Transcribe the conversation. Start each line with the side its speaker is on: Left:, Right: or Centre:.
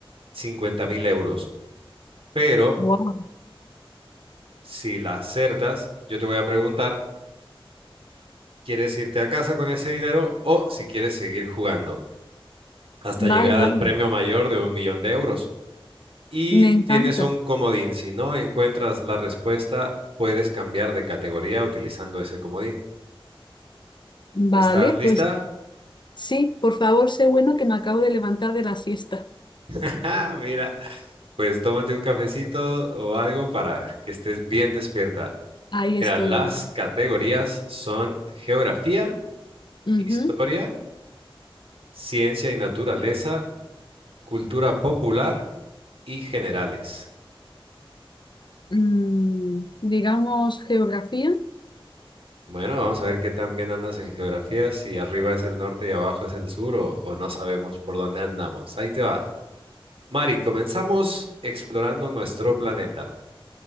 Right: 50 mil euros. Pero
Left: Wow.
Right: Si la acertas, yo te voy a preguntar, ¿quieres irte a casa con ese dinero o si quieres seguir jugando hasta
Left: Vale,
Right: llegar al
Left: vale,
Right: premio mayor de un millón de euros? Y
Left: me encanta.
Right: tienes un comodín. Si no encuentras la respuesta, puedes cambiar de categoría utilizando ese comodín.
Left: Vale,
Right: ¿Estás lista?
Left: pues sí, por favor, sé bueno que me acabo de levantar de la siesta.
Right: <laughs> Ah, mira, pues tómate un cafecito o algo para que estés bien despierta.
Left: Ahí
Right: Mira,
Left: estoy
Right: las
Left: en ello.
Right: categorías son geografía,
Left: Ujú.
Right: historia, ciencia y naturaleza, cultura popular y generales.
Left: Mm, digamos geografía.
Right: Bueno, vamos a ver qué tan bien andas en geografía, si arriba es el norte y abajo es el sur o, o no sabemos por dónde andamos. Ahí te va. Mari, comenzamos explorando nuestro planeta.